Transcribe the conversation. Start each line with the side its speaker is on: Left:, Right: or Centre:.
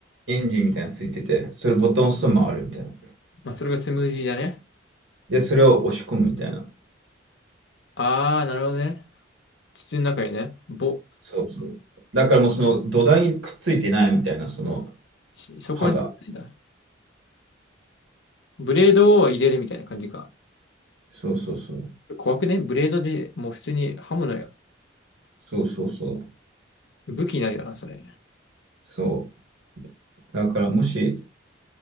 Right: エンジンみたいなのついてて、それボタンを押すと回るみたいな。
Left: まあ、それがスムージーじゃね
Right: で、それを押し込むみたいな。
Left: あー、なるほどね。筒の中にね。ぼ、
Right: そうそう。だからもうその土台にくっついてないみたいな、その
Left: しそこに、
Right: 刃が。
Left: んだ。ブレードを入れるみたいな感じか。
Right: そうそうそう。
Left: 怖くねブレードでもう普通に刃物や。
Right: そうそうそう。
Left: 武器になるよな、それ。
Right: そう。だからもし、